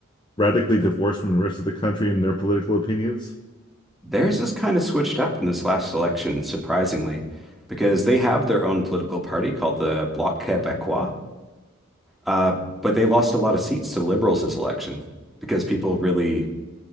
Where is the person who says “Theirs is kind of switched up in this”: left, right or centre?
Centre